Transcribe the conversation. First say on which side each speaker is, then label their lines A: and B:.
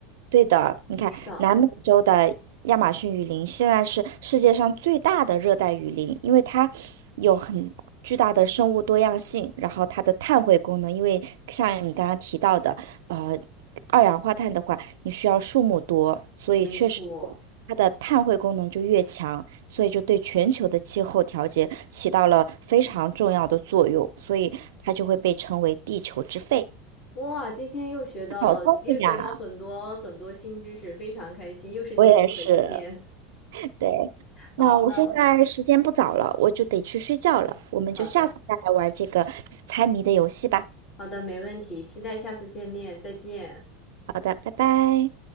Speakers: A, on the right; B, on the left.
A: 对的，你看南美洲的亚马逊雨林现在是世界上最大的热带雨林，
B: 是的，
A: 因为它有很巨大的生物多样性，然后它的碳汇功能，因为像你刚刚提到的，呃，二氧化碳的话，你需要树木多，所以确实
B: 没错。
A: 它的碳汇功能就越强，所以就对全球的气候调节起到了非常重要的作用，所以它就会被称为地球之肺。
B: 哇，今天又学到又学到很多很多新知识，
A: 好聪明呀，
B: 非常开心，又是进步的一天。
A: 我也是。对，
B: <laughs> 好，
A: 那我现在时间不早了，
B: 那
A: 我就得去睡觉了，我们就下次再来玩这个猜谜的游戏吧。
B: 好的，好的，没问题，期待下次见面，再见。
A: 好的，拜拜。